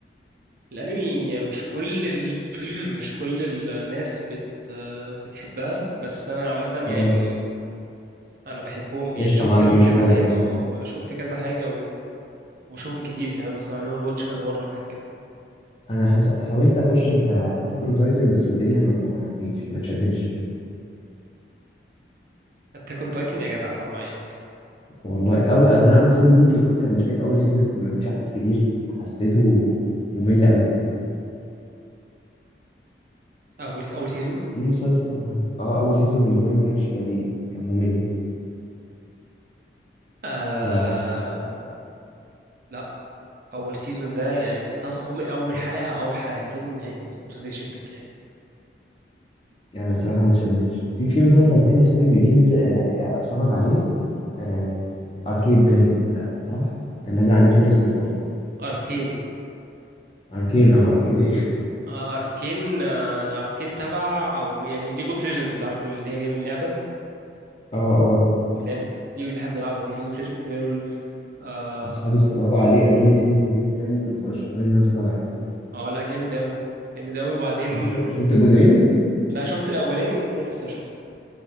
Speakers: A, on the right; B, on the left.
A: الانمي مش كل ال... <clears throat> مش كل الناس بت بتحبها بس انا عامة
B: اه
A: يعني انا بحبهم يعني
B: قشطه
A: شفت
B: معاك
A: لهم
B: مش
A: كذا
B: هو
A: حاجه
B: اه
A: اه انا شفت كذا حاجه و... وشوفهم كتير كمان بس عملوا واتش كذا مره وحاجات كده
B: انا حص... حاولت اخش باتاك اون تايتن بس الدنيا ما, ما عجبتنيش ما اتشدتش
A: اتاك اون تايتن يا جدع حرام عليك
B: والله اول اصل انا اول سيزون ممكن يكون كان مشكله في اول سيزون ما فيهوش احداث كتير حسيته ممل قوي
A: اول اول سيزون
B: في مسلسل اه آه، اول سيزون بالنسبه لي ما كانش لذيذ كان ممل
A: آه...
B: ف
A: لا اول سيزون ده يعني انت اصلا فوق من اول حلقه او اول حلقتين يعني مسلسل يشدك يعني
B: يعني الصراحه ما اتشدتش في في مسلسل تاني صاحبي ليه نزل آه، آه، اتفرج عليه آه... اركيد باين ولا صح كان نازل على نتفليكس من فتره
A: اركين
B: اركين اه اركيد ايه
A: آه اركين آه اركين تبع او يعني ليجو اوف ليجندز عارف اللي هي جايه من اللعبه
B: <laughs> اه اه
A: اللعبه دي اللي احنا بنلعبها دي ليجو اوف ليجندز اللي هي رول اه
B: اصحابي اتفرجوا عليه قالوا لي حلو جدا ورشحوا لي ان انا اتفرج عليه
A: آه، لا جامد قوي جامد قوي وبعدين
B: انت شو... شفت الجزئين
A: لا شفت الاولاني والتاني لسه هشوفه